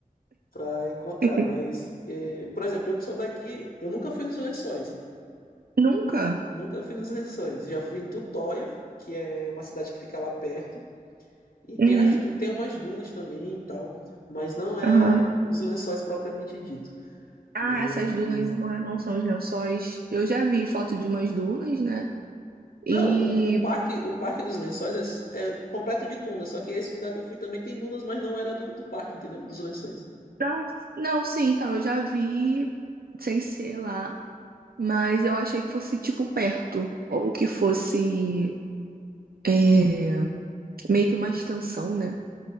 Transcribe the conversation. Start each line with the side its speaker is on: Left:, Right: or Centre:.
Left: pra encontrar.
Right: <laughs>
Left: Mas, é, por exemplo, eu que sou daqui, eu nunca fui nos lençóis.
Right: Nunca?
Left: Nunca fui nos Lençóis. Já fui em Tutóia, que é uma cidade que fica lá perto. E tem,
Right: Uhum.
Left: as, tem umas dunas também e tal. Mas não é
Right: Aham.
Left: os Lençóis propriamente dito.
Right: Ah,
Left: Mas.
Right: essas dunas não é- não são os lençóis. Eu já vi foto de umas dunas, né?
Left: Não,
Right: E
Left: o, o parque o parque dos Lençóis é, é completo de dunas. Só que esse lugar que eu fui também tem dunas, mas não era do, do parque, entendeu? Dos Lençóis.
Right: Ah, não, sim, então eu já vi sem ser lá, mas eu achei que fosse tipo perto, ou que fosse é, meio que uma extensão, né?